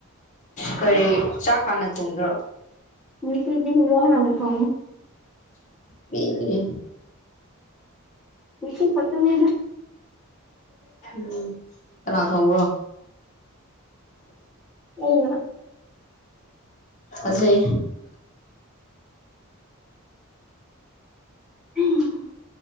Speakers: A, on the left; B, in the centre.
A: ꯈꯔꯤ ꯆꯥ ꯈꯅ ꯊꯣꯡꯗ꯭ꯔꯣ
B: ꯃꯤꯁꯤꯗꯤ ꯍꯗ ꯍꯅ ꯊ
A: ꯄꯅꯤꯦ
B: ꯁꯤ ꯈꯠꯇꯅꯤ ꯑꯗꯨ
A: ꯝ ꯀꯅꯥ ꯊꯣꯡꯕ꯭ꯔꯣ
B: ꯑꯣ
A: ꯑꯖꯣꯏ
B: ꯎꯝ